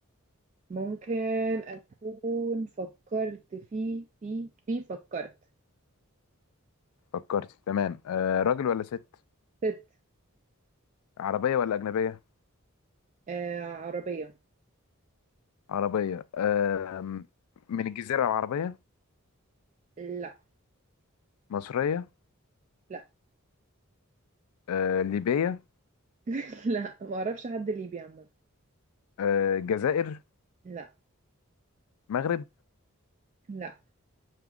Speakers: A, on the right; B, on the left.
A: ممكن اكون فكرت في في في فكرت
B: فكرتي تمام آه راجل ولا ست
A: ست
B: عربيه ولا اجنبيه
A: آه عربية
B: عربية آم، من الجزيرة العربية
A: لا
B: مصرية
A: لا
B: آه، ليبية
A: <laughs> لا ما اعرفش حد ليبي عامة
B: آه، جزائر
A: لا
B: مغرب
A: لا